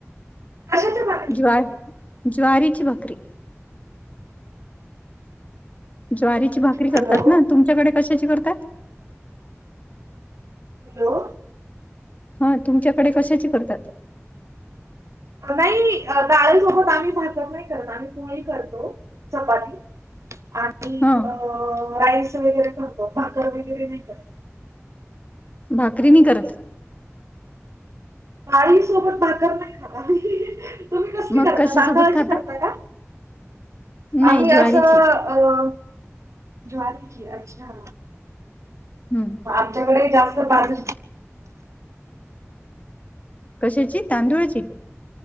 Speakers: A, on the right; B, on the left.
A: कशाच्या भाकरी
B: ज्व
A: केल्या होत्या
B: ज्वारीची भाकरी. ज्वारीची भाकरी करतात
A: हॅलो
B: ना तुमच्याकडे कशाची करतात?
A: हॅलो.
B: हा तुमच्याकडे कशाची करतात?
A: नाही डाळसोबत आम्ही भाकरी नाही करत आम्ही पोळी करतो चपाती. आणि
B: हा
A: अ राईस वगरे करत भाकर वगैरे नाही करत.
B: भाकरी नाय करत.
A: डाळी सोबत भाकरर नाही खात. तुम्ही कसली
B: मग
A: करता
B: कशासोबत
A: तांदळाची
B: खाता
A: करता का?
B: नाही
A: आम्ही
B: ज्वारीची
A: असं.. अ ज्वारीची अच्छा.
B: हम्म
A: मग आमच्याकडे जास्त बाज.
B: कशाची तांदुळाची.